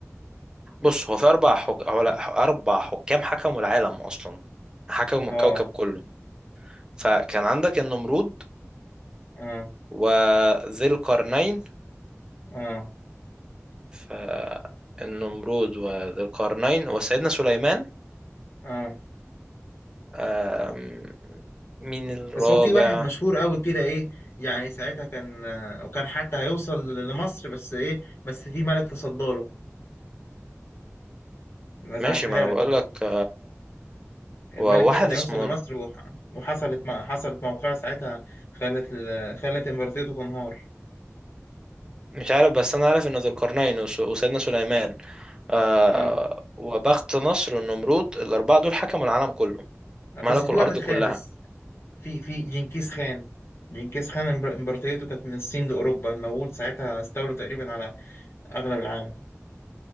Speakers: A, on the right; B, on the left.
A: بص هو في أربع حك... علا- أربع حكام حكموا العالم أصلا حكموا
B: آه
A: الكوكب كله فكان عندك النمرود
B: آه
A: وذي القرنين
B: آه
A: فالنمرود وذي القرنين وسيدنا سليمان
B: آه
A: آم، مين الرابع
B: بس هو في واحد مشهور قوي كده إيه يعني ساعتها كان آه، وكان حتى هيوصل لمصر بس إيه بس في ملك تصداله ما زعلتها
A: ماشي ما أنا
B: لك
A: بقول
B: المفروض
A: لك
B: الملك
A: وواحد
B: ده كان هيوصل
A: اسمه
B: لمصر وح... وحصلت م... حصلت موقعة ساعتها خلت ال... خلت إمبراطوريته تنهار
A: مش عارف بس انا عارف ان ذو القرنين وس- وسيدنا سليمان آه
B: آه
A: وبخت نصر والنمرود الاربعه دول حكموا العالم كله ملكوا
B: بس في
A: الارض
B: واحد
A: كلها
B: خامس في في جنكيز خان جنكيز خان إمبر- امبراطوريته كانت من الصين لأوروبا المغول ساعتها استولوا تقريبا على أغلب العالم